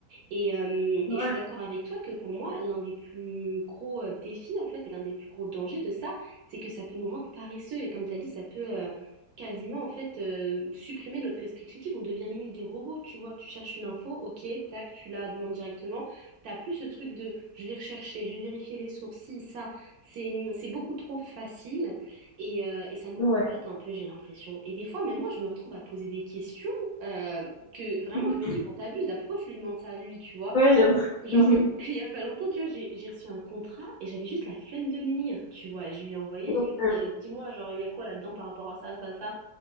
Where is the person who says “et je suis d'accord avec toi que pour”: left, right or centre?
Right